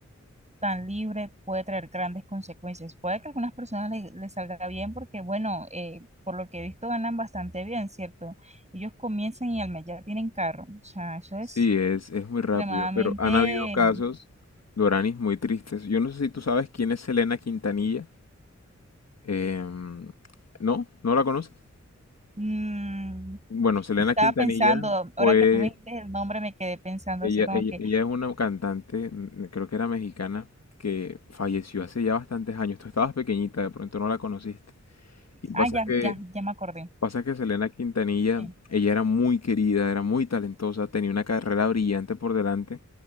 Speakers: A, on the right; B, on the left.
A: tan libre, puede traer grandes consecuencias. Puede que a algunas personas le- les salga bien porque, bueno, eh, por lo que he visto ganan bastante bien, ¿cierto? Ellos comienzan y al mes ya tienen carro. O sea, eso es
B: Sí, es, es muy rápido,
A: extremadamente
B: pero han habido casos, Doranis, muy tristes. Yo no sé si tú sabes quién es Selena Quintanilla. Em, ¿no? ¿No la conoces?
A: Mm,
B: Bueno, Selena
A: estaba
B: Quintanilla
A: pensando, ahora
B: fue,
A: que tú me dijiste el nombre, me quedé pensando
B: ella,
A: así como
B: ella,
A: que,
B: ella es una cantante, mm, creo que era mexicana, que falleció hace ya bastantes años. Tú estabas pequeñita, de pronto no la conociste. Y
A: ah,
B: pasa
A: ya,
B: que,
A: ya, ya me acordé.
B: pasa que Selena Quintanilla,
A: Sí.
B: ella era muy querida, era muy talentosa, tenía una carrera brillante por delante,